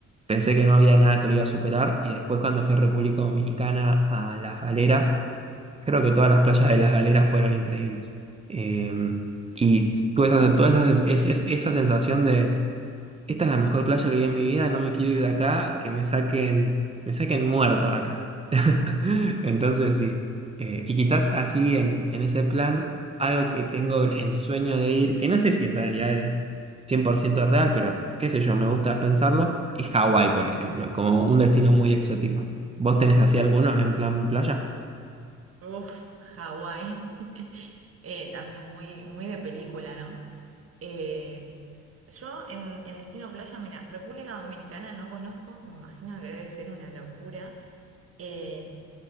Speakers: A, on the right; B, on the right.
A: Pensé que no había nada que lo iba a superar y después cuando fui a República Dominicana a Las Galeras, Creo que todas las playas de las Galeras fueron increíbles. Eh, y tuve esa, toda esa, es- es- esa sensación de, esta es la mejor playa que vi en mi vida, no me quiero ir de acá, que me saquen, me saquen muerto de acá. <laughs> Entonces sí. Eh, y quizás así en, en ese plan, algo que tengo el sueño de ir, que no sé si en realidad es 100% real, pero qué sé yo, me gusta pensarlo, es Hawái, por ejemplo, como un destino muy exótico. ¿Vos tenés así alguno en plan playa?
B: Uf, Hawái. <laughs> Eh, también muy, muy de película, ¿no? Eh, yo en, en Destino Playa, mira, República Dominicana no conozco, me imagino que debe ser una locura. Eh,